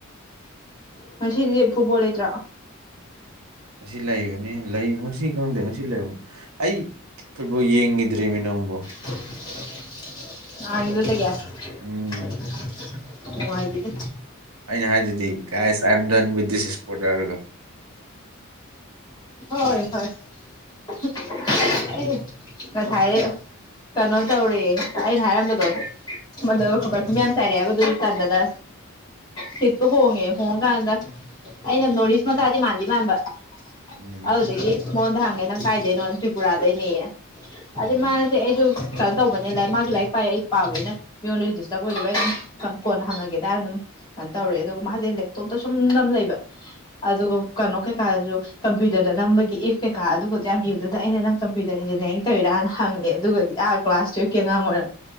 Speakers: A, on the left; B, on the right.
A: ꯉꯁꯤꯗꯤ ꯐꯨꯠꯕꯣꯜ ꯂꯩꯇ꯭ꯔꯥ
B: ꯉꯁꯤ ꯂꯩꯕꯅꯤ ꯂꯩ ꯉꯁꯤ ꯈꯪꯗꯦ ꯉꯁꯤ ꯂꯩꯔꯝ ꯑꯩ ꯐꯨꯠꯕꯣꯜ ꯌꯦꯡꯒꯗ꯭ꯔꯦꯃꯤ ꯅꯪꯕꯨ
A: <unintelligible>
B: ꯎꯝ
A: <unintelligible> ꯅꯨꯡꯉꯥꯏꯕꯤꯗꯦ
B: ꯑꯩꯅ ꯍꯥꯏꯗꯨꯗꯤ guys I am done with this sport ꯍꯥꯏꯔꯒ
A: ꯍꯣꯏ ꯍꯣꯏ <unintelligible> ꯑꯩ ꯉꯁꯥꯏꯗꯤ ꯀꯩꯅꯣ ꯇꯧꯔꯦ ꯑꯩꯅ ꯍꯥꯏꯔꯝꯕꯗꯣ <unintelligible> ꯃꯌꯥꯝ ꯆꯥꯏꯔꯦꯕ ꯑꯗꯨꯖꯨ ꯇꯟꯗꯅ ꯁꯤꯠꯇꯣ ꯍꯣꯡꯉꯦ ꯍꯣꯡꯀꯥꯟꯗ ꯑꯩꯅ ꯅꯣꯔꯠ ꯏꯁ ꯃꯆꯥꯗꯤ ꯃꯥꯟꯗꯤ ꯃꯥꯟꯕ
B: ꯎꯝ
A: ꯑꯗꯨꯗꯒꯤ ꯃꯉꯣꯟꯗ ꯍꯪꯉꯦ ꯅꯪ ꯀꯥꯏꯗꯩꯅꯣꯅ ꯇ꯭ꯔꯤꯄꯨꯔꯥꯗꯩꯅꯦ ꯑꯗꯨꯗꯩ
B: ꯎꯝ
A: ꯃꯥꯁꯦ ꯑꯩꯗꯨ ꯀꯩꯅꯣ ꯇꯧꯕꯅꯦ ꯂꯥꯏ ꯃꯥꯖꯨ ꯂꯥꯏꯔꯤꯛ ꯑꯩꯁꯨ <unintelligible> ꯃꯤꯉꯣꯟꯗꯁꯨ ꯗꯤꯁꯇꯔꯕ ꯑꯣꯏꯗꯕ ꯑꯩ ꯑꯗꯨꯝ ꯀꯟ ꯀꯣꯟꯅ ꯍꯪꯉꯒꯦꯗꯅ ꯑꯗꯨꯝ ꯑꯟ ꯇꯧꯔꯛꯑꯦ ꯑꯗꯨꯒ ꯃꯥꯁꯦ ꯂꯦꯞꯇꯣꯞꯇ ꯁꯨꯝ ꯅꯝ ꯂꯩꯕ ꯑꯗꯨꯒ ꯀꯩꯅꯣ ꯀꯩꯀꯥꯗꯁꯨ ꯀꯝꯄ꯭ꯌꯨ ꯇꯔꯗ ꯅꯝꯕꯒꯤ ꯏꯐ ꯀꯩꯀꯥ ꯑꯗꯨꯒꯗꯣ ꯌꯥꯝ ꯏꯕꯗꯨꯗ ꯑꯩꯅ ꯅꯪ ꯀꯝꯄ꯭ꯌꯨꯇꯔ ꯏꯟꯖꯤꯅꯤꯌꯥꯔꯤꯡ ꯇꯧꯔꯅ ꯍꯪꯉꯦ ꯑꯗꯨꯒꯗꯤ ꯑꯥ ꯀ꯭ꯂꯥꯁ ꯇꯨꯌꯦꯞ ꯀꯤ ꯑꯉꯥꯡ ꯑꯣꯏꯔꯦ